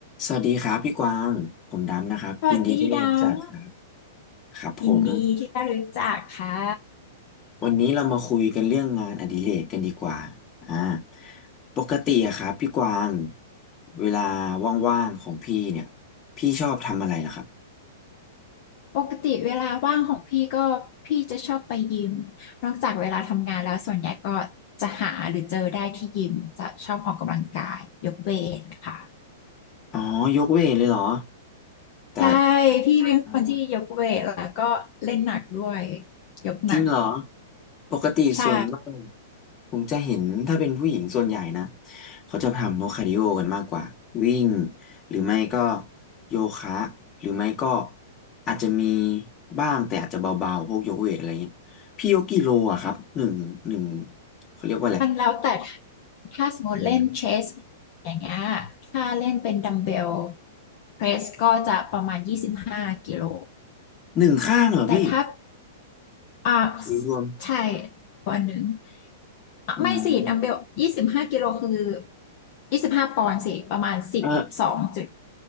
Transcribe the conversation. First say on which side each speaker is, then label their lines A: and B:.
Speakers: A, on the left; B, on the left.
A: สวัสดีครับพี่กวาง ผมดำนะครับ
B: สวัสดีดัง
A: ยินดีที่ได้รู้จักครับครับผม
B: ยินดีที่ได้รู้จักค่ะ
A: วันนี้เรามาคุยกันเรื่องงานอดิเรกกันดีกว่าอ่าปกติอะครับพี่กวาง เวลาว่างๆของพี่เนี่ย พี่ชอบทำอะไรล่ะครับ
B: ปกติเวลาว่างของพี่ก็พี่จะชอบไปยิมนอกจากเวลาทำงานแล้วส่วนใหญ่ก็จะหาหรือเจอได้ที่ยิมจะชอบออกกำลังกายยกเวทค่ะ
A: อ๋อยกเวทเลยเหรอแต่
B: ใช่พี่เป็นคนที่ยกเวทแล้วก็เล่นหนักด้วย
A: อ๋อ
B: ยกหนัก
A: จริงเหรอปกติส่วนมาก
B: ใช่
A: ผมจะเห็นถ้าเป็นผู้หญิงส่วนใหญ่นะเขาจะทำพวกคาร์ดิโอกันมากกว่าวิ่งหรือไม่ก็โยคะหรือไม่ก็อาจจะมีบ้างแต่อาจจะเบาๆพวกยกเวทอะไรเงี้ยพี่ยกกี่โลอะครับหนึ่งหนึ่งเขาเรียกว่าอะไร
B: มันแล้วแต่ถ้าสมมติเล่นเชส
A: หนึ่ง
B: อย่างเงี้ยถ้าเล่นเป็นดัมเบลเพรสก็จะประมาณ2ากิโล
A: หนึ่งข้างเหรอพี่
B: แต่ถ้า อ่า
A: หรือรวม
B: ใช่วันหนึ่งอ่ะไม่สิดัมเบลยี่สิบห้ากิโลคือ
A: อืม
B: ยี่สิบห้าปอนด์สิประมาณสิบสองจุด
A: เออ